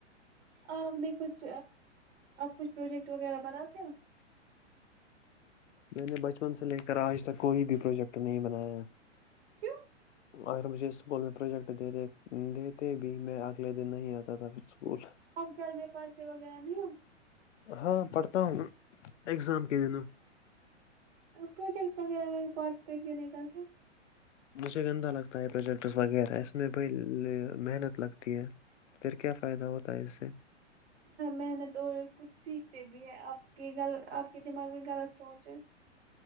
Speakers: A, on the right (about 60°); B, on the left (about 80°).
A: پ نے کچھ کچھ پروجیکٹ وغیرہ بناتے
B: میں نے بچپن سے لے کر آج تک کوئی بھی پروجیکٹ نہیں بنایا
A: کیوں
B: اگر مجھے اسکول میں پروجیکٹ دتے دیتے بھی میں اگلے دن نہیں آتا تھا پھر اسکول
A: اب گھر میں پرتے وغیرہ نہیں ہم
B: ہاں پڑھتا ہوں میں اگزام کے دنوں
A: پروجیکٹ وغیرہ پارٹیسپٹ کیا نہیں کرتے
B: مجھے گندا لگتا ہے پرجل وغیرہ میں ب محنت لگتی ہے پھر کیا فائدہ ہوتا ہے اس سے
A: محنت اور کچھ سیکھتے بھی ہیں آپ کی غل آپ کے دماغ میں غلط سوچ <inaudible>